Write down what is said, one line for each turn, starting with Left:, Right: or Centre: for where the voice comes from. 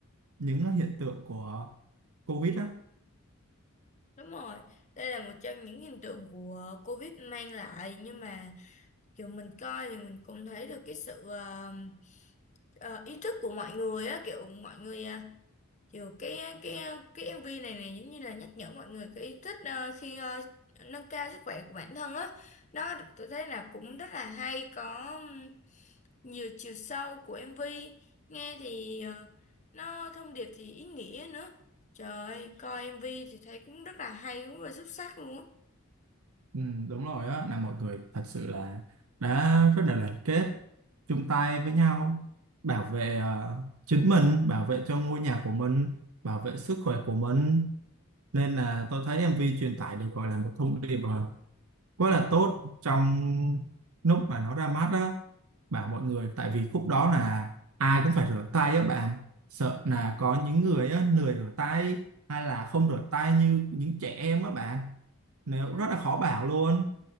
Right: những hiện tượng của Covid á
Left: Đúng rồi, đây là một trong những hiện tượng của Covid mang lại nhưng mà kiểu mình coi thì mình cũng thấy được cái sự ờ, ờ, ý thức của mọi người á, kiểu mọi người ờ, kiểu cái cái cái MV này này giống như là nhắc nhở mọi người cái ý thức ờ, khi ờ, nâng cao sức khỏe của bản thân á đó. tôi thấy là cũng rất là hay có ừm, nhiều chiều sâu của MV nghe thì ờ, nó thông điệp thì ý nghĩa nữa trời ơi, coi MV thì thấy cũng rất là hay cũng rất là xuất sắc luôn á
Right: ừ, đúng rồi á là mọi người thật sự là đã rất là đoàn kết chung tay với nhau bảo vệ ờ, chính mình bảo vệ cho ngôi nhà của mình bảo vệ sức khỏe của mình nên là tôi thấy em MV truyền tải được gọi là một thông điệp ờ, quá là tốt trong lúc mà nó ra mắt đó bảo mọi người tại vì khúc đó là ai cũng phải rửa tay á bạn sợ là có những người á lười rửa tay hay là không rửa tay như những trẻ em á bạn nếu
Left: Ừ.
Right: rất là khó bảo luôn